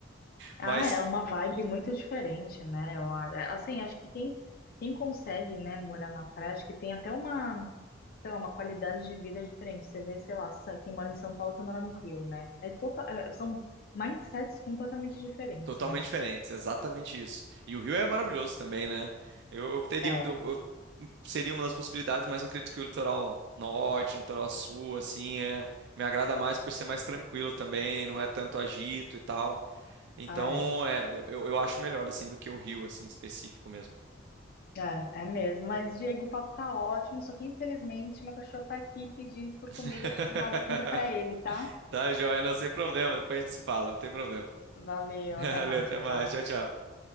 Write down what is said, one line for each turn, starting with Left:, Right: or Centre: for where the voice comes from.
Left: Ah,
Right: Mas
Left: é uma vibe muito diferente, né? Eu, a- é, assim, acho que quem, quem consegue, né, morar na praia, acho que tem até uma, sei lá, uma qualidade de vida diferente. Você vê, sei lá, Sa- quem mora em São Paulo, quem mora no Rio, né? É total, é- são mindsets completamente diferentes,
Right: Totalmente
Left: né?
Right: diferentes, exatamente isso. E o Rio é maravilhoso também, né? Eu, eu teria,
Left: É.
Right: eu, eu- seria uma das possibilidades, mas eu acredito que o litoral norte, o litoral sul, assim, é, me agrada mais por ser mais tranquilo também, não é tanto agito e tal. Então,
Left: Ah, é.
Right: é, eu, eu acho melhor, assim, do que o Rio, assim, específico mesmo.
Left: É, é mesmo. Mas, Diego, o papo tá ótimo, só que infelizmente meu cachorro tá aqui pedindo por comida,
Right: <laughs>
Left: eu preciso lá dar comida pra ele, tá?
Right: Tá, joia, não, sem problema, depois a gente se fala, não tem problema.
Left: Valeu,
Right: <laughs>
Left: até
Right: Valeu,
Left: mais,
Right: até
Left: tchau,
Right: mais,
Left: tchau.
Right: tchau, tchau.